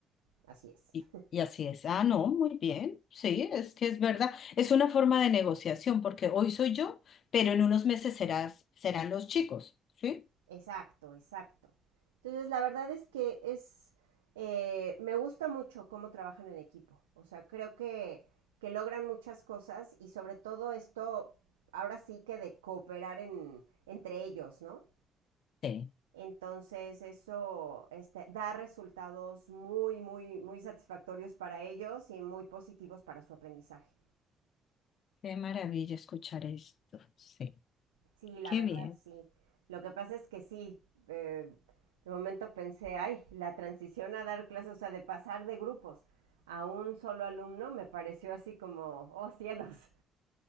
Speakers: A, on the right (about 75°); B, on the left (about 55°).
A: así es.
B: Y,
A: <laughs>
B: y así es. Ah, no, muy bien. Sí, es que es verdad. Es una forma de negociación porque hoy soy yo, pero en unos meses serás, serán los chicos. ¿Sí?
A: exacto, exacto. Entonces, la verdad es que es, eh, me gusta mucho cómo trabajan en equipo. O sea, creo que, que logran muchas cosas y sobre todo esto, ahora sí que de cooperar en, entre ellos, ¿no?
B: Sí.
A: Entonces eso este, da resultados muy, muy, muy satisfactorios para ellos y muy positivos para su aprendizaje.
B: Qué maravilla escuchar esto. Sí.
A: Sí, la
B: Qué
A: verdad,
B: bien.
A: sí. Lo que pasa es que sí, eh, de momento pensé, ay, la transición a dar clases, o sea, de pasar de grupos a un solo alumno me pareció así como, oh cielos,